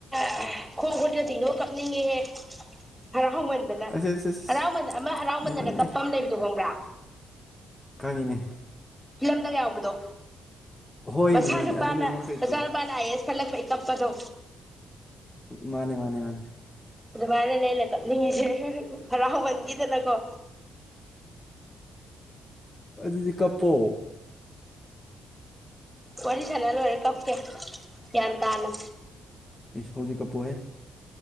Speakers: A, in the centre; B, on the left.
A: ꯑꯦ ꯈꯣꯡ ꯈꯨꯠꯁꯦ ꯇꯤꯡꯊꫭꯛꯑ ꯀꯞꯅꯤꯡꯉꯤꯍꯦ ꯍꯌꯥꯝ ꯍꯔꯥꯎꯃꯟꯗꯅ
B: ꯑꯁ ꯑꯁ ꯑꯁ
A: ꯍꯔꯥꯎꯃꯟ ꯑꯃ ꯍꯔꯥꯎꯃꯟꯗꯅ
B: ꯏꯃꯥꯏ ꯏꯃꯥꯏ
A: ꯀꯞꯄ ꯑꯃ ꯂꯩꯕꯗꯨꯣ ꯈꯪꯕ꯭ꯔ
B: ꯈꯪꯉꯤꯅꯦ
A: ꯐꯤꯂꯝꯗꯒ ꯌꯥꯎꯕꯗꯣ
B: ꯍꯣꯏꯅꯦ
A: ꯃꯆꯥ
B: ꯍꯣꯏꯅꯦ
A: ꯅꯨꯨꯄꯥꯅ
B: ꯑꯗꯨꯅꯦꯕ ꯅꯪ ꯇꯧꯔꯤꯁꯦ
A: ꯃꯆꯥ ꯅꯨꯨꯄꯥꯅ ꯑꯥꯏ ꯑꯦꯁ ꯈꯜꯂꯛꯄꯩ ꯀꯞꯄꯗꯣ
B: ꯃꯥꯅꯦ ꯃꯥꯅꯦ ꯃꯥꯅꯦ
A: ꯑꯗꯨꯃꯥꯏꯅꯅꯦ ꯑꯩꯅ ꯀꯞꯅꯤꯡꯉꯤꯖꯦ ꯍꯔꯥꯎꯃꯟꯒꯤꯗꯅꯀꯣ
B: ꯑꯗꯨꯗꯤ ꯀꯞꯄꯣ
A: ꯋꯥꯔꯤ ꯁꯥꯟꯅ ꯂꫭꯏꯔ ꯀꯞ ꯀꯦ ꯌꯥꯟ ꯇꯥꯅ
B: ꯏꯁ ꯍꯧꯖꯤꯛ ꯀꯞꯄꯨꯍꯦ